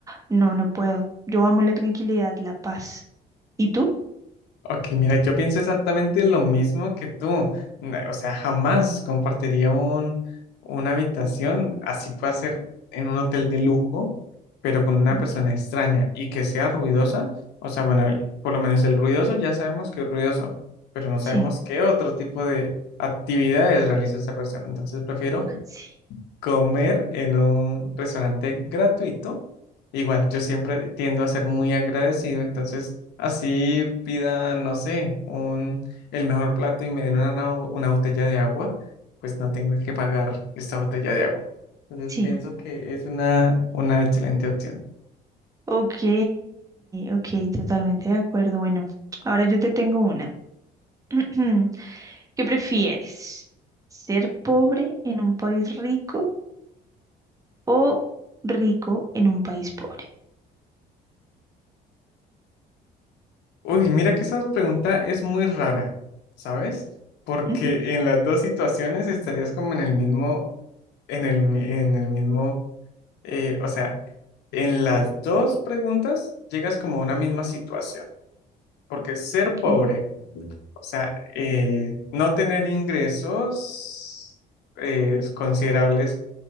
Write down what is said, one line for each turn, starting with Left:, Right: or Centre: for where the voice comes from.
Right: No, no puedo. Yo amo la tranquilidad, la paz. ¿Y tú?
Left: Ok, mira, yo pienso exactamente lo mismo que tú. Na- O sea, jamás compartiría un, una habitación, así puede ser en un hotel de lujo, pero con una
Right: ¿Mm?
Left: persona extraña y que sea ruidosa. O sea, bueno, el- por lo menos el ruidoso ya sabemos que es ruidoso, pero no sabemos
Right: Sí,
Left: qué otro tipo de actividades realiza esa persona. Entonces prefiero
Right: sí,
Left: comer en un restaurante gratuito. Igual, yo siempre tiendo a ser muy agradecido, entonces así pida, no sé, un, el mejor plato y me den una, nao- una botella de agua, pues no tengo que pagar esta botella de agua. Entonces
Right: sí.
Left: pienso que es una, una excelente opción.
Right: Ok, ok, totalmente de acuerdo. Bueno, ahora yo te tengo una. <clears throat> ¿Qué prefieres? ¿Ser pobre en un país rico o rico en un país pobre?
Left: Uy, mira que esa pregunta es muy rara, ¿sabes? Porque
Right: Ujú,
Left: en las dos situaciones estarías como en el mismo, en el, mi- en el mismo eh, o sea, en las dos preguntas llegas como a una misma situación, porque ser
Right: Ok,
Left: pobre, o sea, eh, no tener ingresos eh, considerables